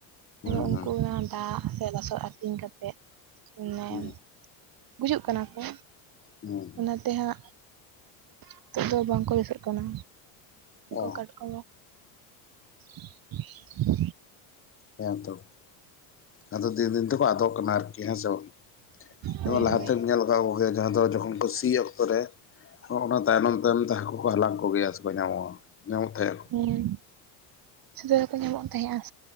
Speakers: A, on the left; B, on the right.
A: ᱦᱩᱸ
B: ᱩᱱᱠᱩ
A: ᱦᱩᱸ
B: ᱚᱱᱟ ᱫᱟᱜ ᱥᱮ ᱞᱟᱥᱚᱜ ᱟᱹᱛᱤᱧ ᱠᱟᱛᱮᱜ ᱢᱟᱱᱮ
A: ᱦᱩᱸ
B: ᱜᱩᱡᱩᱜ ᱠᱟᱱᱟ ᱠᱚ᱾
A: ᱦᱩᱸ
B: ᱚᱱᱟᱛᱮ ᱦᱟᱸᱜ ᱱᱤᱛᱚᱜ ᱫᱚ ᱵᱟᱝᱠᱚ ᱫᱤᱥᱟᱹᱜ ᱠᱟᱱᱟ᱾
A: ᱚ
B: ᱠᱚ ᱠᱟᱴᱠᱟ <inaudible>
A: ᱦᱮᱸ ᱛᱚ, ᱟᱫᱚ ᱫᱤᱱ ᱫᱤᱱ ᱛᱮᱠᱚ ᱟᱫᱚᱜ ᱠᱟᱱᱟ ᱟᱨᱠᱤ ᱦᱮᱸ ᱥᱮ ᱵᱟᱝ ᱡᱮᱢᱚᱱ
B: ᱦᱳᱭ
A: ᱞᱟᱦᱟᱛᱮᱢ
B: ᱦᱳᱭ
A: ᱧᱮᱞ ᱠᱚ ᱜᱮ ᱡᱟᱦᱟᱸ ᱫᱚ ᱡᱠᱷᱚᱱ ᱠᱚ ᱥᱤᱭ ᱚᱠᱛᱚ ᱨᱮ ᱚᱱᱟ ᱛᱟᱭᱱᱚᱢ ᱛᱟᱭᱚᱢ ᱛᱮ ᱦᱟᱹᱠᱩ ᱠᱚ ᱦᱟᱞᱟᱝ ᱠᱚᱜᱮᱭᱟ ᱥᱮ ᱠᱚ ᱧᱟᱢᱚᱜ-ᱟ ᱧᱟᱢᱚᱜ ᱛᱟᱦᱮᱸ ᱟᱠᱚ᱾
B: ᱦᱩᱸ᱾ ᱡᱷᱚᱛᱚ ᱜᱮᱠᱚ ᱧᱟᱢᱚᱜ ᱛᱟᱦᱮᱸᱜᱼᱟ᱾